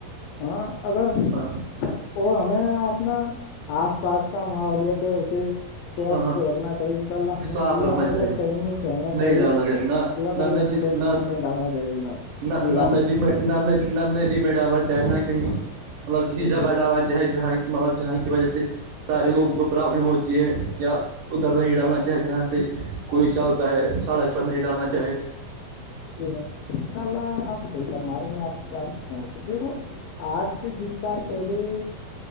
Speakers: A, on the left; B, on the right.
A: ہاں اگر
B: ہاں
A: اور ہمیں اپنا آس پاس کا ماحولت ہے اسے سوچھ
B: ہاں
A: رکھنا <unintelligible> ہمیں
B: صاف
A: کوڑا
B: رکھنا
A: کرکٹ
B: چاہیے
A: کہیں نہیں پھینکنا
B: نہیں
A: چاہیے
B: ڈالنا نہ
A: کوڑا کرکٹ
B: نہ ندی
A: ہمیں ڈسٹ
B: نہ
A: بین میں ڈالنا چاہیے جناب
B: نہ
A: جی آپ
B: ندی
A: کچھ پر
B: ڈالانا چاہنا کہیں مطلب کسی
A: جی
B: جگہ
A: جناب
B: ڈالا چاہے جہاں مطلب جہاں کی وجہ سے سارے لوگوں کو پرابلم ہوتی ہے یا ادھر نہیں ڈالنا چاہے جہاں سے کوئی چلتا ہے سڑک پر نہیں ڈالنا چاہے
A: جی ہ انشاء اللہ آپ صحیح فرما رہے ہو میں آپ بات سے سہمت ہ دیکھو آج سے بیس سال پہلے